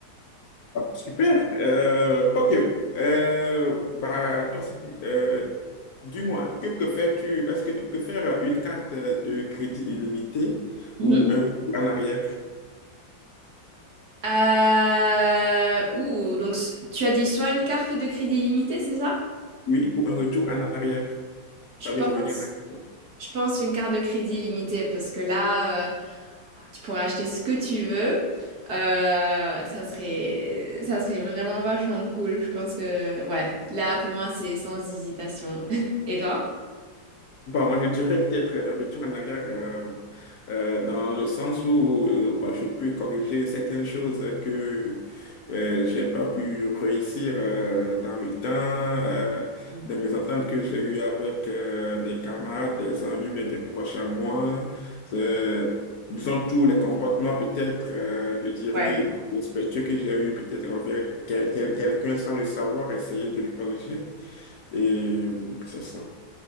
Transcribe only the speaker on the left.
Ah, Super. Euh, ok. Euh, bah, toi, c'est- euh, dis-moi, que préfères-tu? Est-ce que tu préfères une carte de crédit illimitée
ou un retour en arrière?
Oui, ou un retour en arrière,
c'est-à-dire
revenir en arrière.
Bah, moi, je dirais peut-être un retour en arrière euh, euh, dans le sens où euh, bah, je peux corriger certaines choses que euh, j'ai pas pu réussir euh, dans le temps, euh,
des mésententes que j'ai eues avec euh, des camarades, des amis, mais des proches à moi. C'est- Disons tous les comportements peut-être, euh, je dirais,
respectueux que j'ai eu peut-être envers quel- quel- quelqu'un sans le savoir, essayer de le corriger. Et c'est ça.